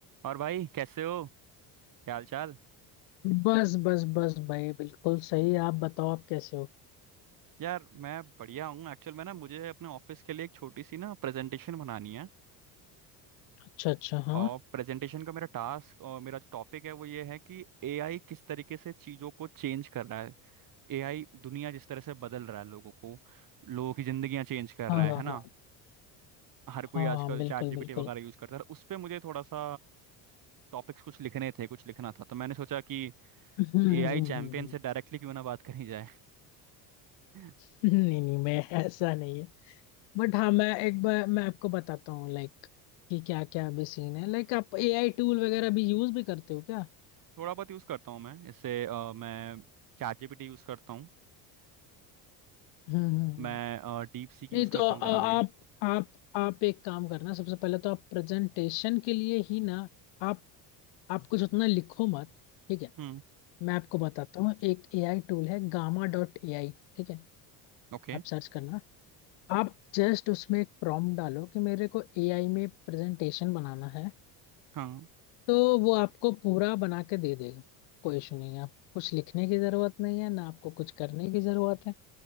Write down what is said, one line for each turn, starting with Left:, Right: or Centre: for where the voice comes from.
Right: और भाई कैसे हो क्या हाल चाल
Left: बस बस बस भाई बिल्कुल सही आप बताओ आप कैसे हो
Right: यार मैं बढ़िया हूँ एक्चुअल में ना मुझे अपने ऑफिस के लिए एक छोटी सी ना प्रेजेंटेशन बनानी है
Left: अच्छा अच्छा हाँ
Right: और प्रेजेंटेशन का मेरा टास्क और मेरा जो टॉपिक है वो ये है कि एआई किस तरीके से चीज़ों को चेंज कर रहा है एआई दुनिया जिस तरह से बदल रहा है लोगों को लोगों की जिंदगियां चेंज कर
Left: हाँ
Right: रहा है
Left: हाँ
Right: है ना
Left: हाँ
Right: हर
Left: हाँ
Right: कोई आजकल
Left: बिल्कुल
Right: चैट
Left: बिल्कुल
Right: जीपीटी वगैरह यूज करता है तो उस पर मुझे थोड़ा सा टॉपिक्स कुछ लिखने थे कुछ लिखना था तो मैंने सोचा कि
Left: <laughs> हम्म हम्म
Right: एआई
Left: हम्म,
Right: चैंपियन
Left: हम्म,
Right: से डायरेक्टली क्यों ना बात करी जाए <laughs>
Left: हम्म। नहीं नहीं मैं ऐसा नहीं है बट हाँ मैं एक बार मैं आपको बताता हूँ लाइक कि क्या क्या अभी सीन है लाइक आप एआई टूल वगैरह भी यूज भी करते हो क्या
Right: थोड़ा बहुत यूज़ करता हूँ मैं इससे अ, मैं चैट जीपीटी यूज़ करता हूँ
Left: हम्म हम्म हम्म।
Right: मैं डीप सीक यूज़
Left: नहीं तो
Right: करता
Left: अ,
Right: हूँ कभी
Left: आप
Right: कभी
Left: आप आप एक काम करना सबसे पहले तो आप प्रेजेंटेशन के लिए ही ना आप आप कुछ उतना लिखो मत ठीक है
Right: हम्म
Left: मैं आपको बताता हूँ एक एआई टूल है गामा डॉट एआई ठीक है
Right: ओके
Left: आप सर्च करना आप जस्ट उसमें एक प्रॉम्प्ट डालो कि मेरे को एआई में प्रेजेंटेशन बनाना है
Right: हाँ
Left: तो वो आपको पूरा बना के दे देगा कोई इशू नहीं है आप कुछ लिखने की जरूरत नहीं है ना आपको कुछ करने की जरूरत है